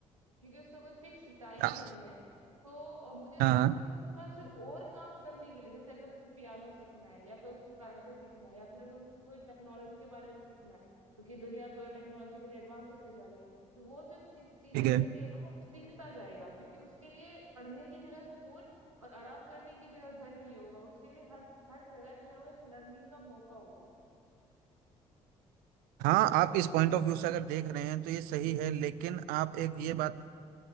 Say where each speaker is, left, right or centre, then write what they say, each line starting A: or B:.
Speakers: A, on the right (about 85°); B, on the right (about 65°).
A: क्योंकि उसका कोई फिक्स टाइम
B: आ-
A: नहीं है तो अ, मुझे ऐसा
B: हाँ
A: लगता है कि उसके पास जो और काम करने के लिए जैसे अगर उसको पियानो सीखना है या फिर उसको कराटे सीखना है या फिर अगर उसको कोई टेक्नोलॉजी के बारे में सीखना है क्योंकि दुनिया तो टेक्नोलॉजिकली एडवांस होते जा रही है तो वो जब सी- ची, चीजें
B: ठीक है
A: भी है ना वो सीखता जाएगा क्योंकि उसके लिए पढ़ने की जगह स्कूल और आराम करने की जगह घर नहीं होगा उसके लिए हर हर जगह जो है वो एक लर्निंग का मौका होगा
B: हाँ आप इस पॉइंट ऑफ व्यू से अगर देख रहे हैं तो ये सही है लेकिन आप एक ये बात